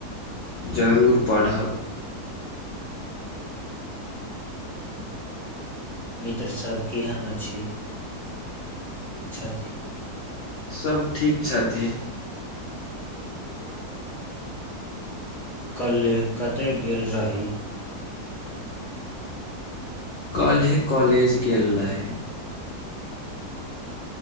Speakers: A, on the left (about 80°); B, in the centre.
A: जरूर पढ़ब
B: मित्र सब केहन अछि छथिन
A: सब ठीक छथि
B: कल्है कतय गेल रही
A: कल्हे कॉलेज गेल रहि।